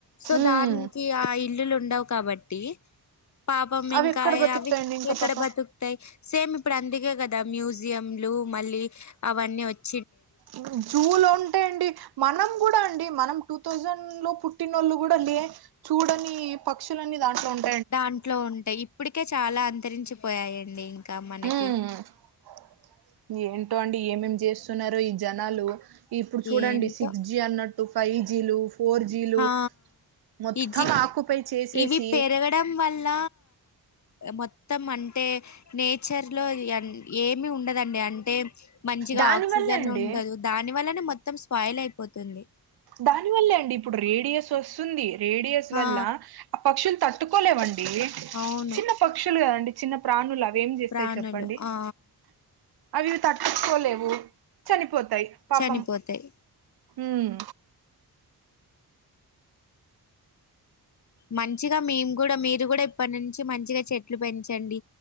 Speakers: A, on the left; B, on the right.
A: సో
B: ఉమ్
A: దాన్కి ఆ ఇల్లులు ఉండవు కాబట్టి పాపం
B: అవి
A: ఇంకా
B: ఎక్కడ బతుకుతాయండి
A: అవి
B: ఇంకా
A: ఎక్కడ
B: పాపం
A: బతుక్ ంటాయ్ సేమ్ ఇప్పుడు అందుకే కదా మ్యూజియంలు మళ్ళీ అవన్నీ వచ్
B: ఉమ్ జూలో ఉంటాయండి మనం కూడా అండి మనం టూ థౌజండ్ లో పుట్టినోళ్ళు కూడా లే చూడని పక్షులన్నీ దాంట్లో ఉంట్
A: దాంట్లో ఉంటాయి ఇప్పుడికే చాలా అంతరించిపోయాయండి ఇంకా మనకి
B: హ్ము్ ఏంటో అండి ఏమేమి చేస్తున్నారో ఈ జనాలు ఇప్పుడు చూడండి
A: ఏంటో
B: సిక్స్ జి అన్నట్టు ఫైవ్ జీ లు ఫోర్ జీలు
A: హా
B: మొత్తం
A: ఇజి
B: ఆక్యుపై చేసేసి
A: ఇవి పెరగడం వల్ల మొత్తం అంటే నేచర్ లో ఏమి ఉండదండి అంటే మంచిగా
B: దాని
A: ఆక్సిజన్
B: వల్లే అండి
A: ఉండదు దాని వల్లనే మొత్తం స్పాయిల్ అయిపోతుంది
B: దాని వల్లే అండి ఇప్పుడు రేడియస్ వస్తుంది రేడియస్ వల్ల
A: ఆ
B: పక్షులు తట్టుకోలేవండి
A: అవును
B: చిన్న పక్షులు కదండి చిన్న ప్రాణులు అవి ఏం చేస్తాయి
A: ప్రాణులు
B: చెప్పండి
A: ఆ
B: అవి తట్టుకోలేవు చనిపోతాయి పాపం
A: చనిపోతాయి
B: ఉమ్
A: మంచిగా మేము కూడా మీరు కూడా ఇప్పటి నుంచి మంచిగా చెట్ చెట్లు పెంచండి